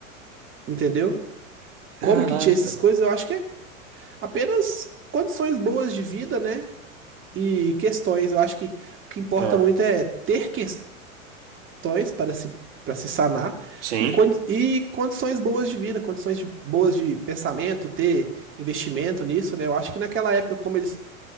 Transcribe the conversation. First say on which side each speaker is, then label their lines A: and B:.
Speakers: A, on the right; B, on the right.
A: Entendeu?
B: caraca.
A: Como que tinha essas coisas? Eu acho que é apenas condições boas de vida, né? E questões. Eu acho que o que importa
B: Ah,
A: muito é ter questões questões para se, para se sanar
B: sim.
A: e, condi- e condições boas de vida, condições de- boas de pensamento, ter investimento nisso, né? Eu acho que naquela época, como eles